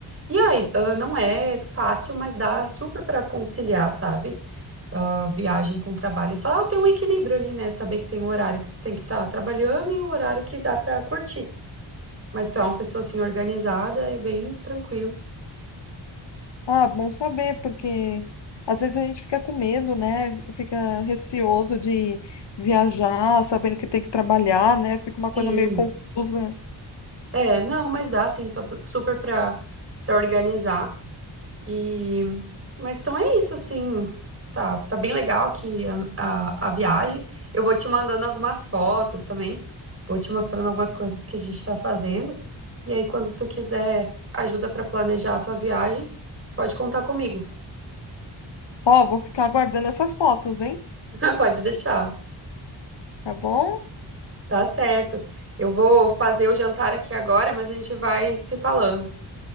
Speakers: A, on the right (about 30°); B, on the left (about 70°).
A: E aí, ah, não é fácil, mas dá super para conciliar, sabe? Ah, viagem com trabalho. É Só ter um equilíbrio ali, né? Saber que tem um horário que tu tem que estar trabalhando e o horário que dá para curtir. Mas tu é uma pessoa assim organizada, é bem tranquilo.
B: Ah, bom saber, porque às vezes a gente fica com medo, né? Fica receoso de viajar, sabendo que tem que trabalhar, né? Fica uma
A: Sim.
B: coisa meio confusa.
A: É, não, mas dá sim, só pro- super pra, pra organizar. E mas então é isso assim. Tá, tá bem legal aqui a, a, a viagem. Eu vou te mandando algumas fotos também. Vou te mostrando algumas coisas que a gente tá fazendo. E aí, quando tu quiser ajuda pra planejar a tua viagem, pode contar comigo.
B: Ó, vou ficar aguardando essas fotos, hein?
A: <laughs> Pode deixar.
B: Tá bom?
A: Tá certo. Eu vou fazer o jantar aqui agora, mas a gente vai se falando.